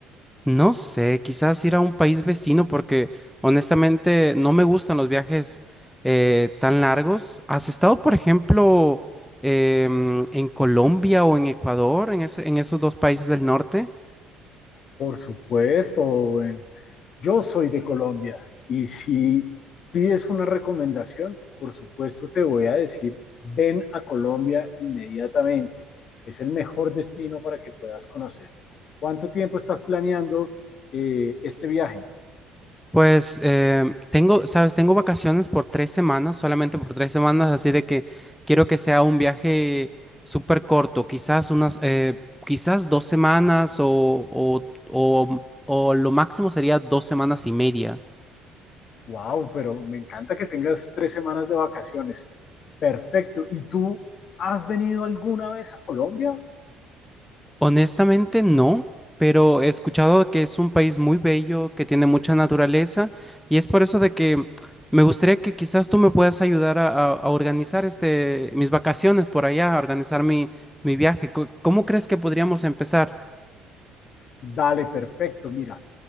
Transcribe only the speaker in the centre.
No sé, quizás ir a un país vecino porque honestamente no me gustan los viajes eh, tan largos. ¿Has estado, por ejemplo, em, en Colombia o en Ecuador, en ese- en esos dos países del norte?
Pues eh, tengo, sabes, tengo vacaciones por tres semanas, solamente por tres semanas, así de que quiero que sea un viaje súper corto, quizás unas, eh, quizás dos semanas o, o, o, o lo máximo sería dos semanas y media.
Honestamente no, pero he escuchado que es un país muy bello, que tiene mucha naturaleza y es por eso de que me gustaría que quizás tú me puedas ayudar a, a- a organizar este mis vacaciones por allá, a organizar mi, mi viaje. Co- ¿Cómo crees que podríamos empezar?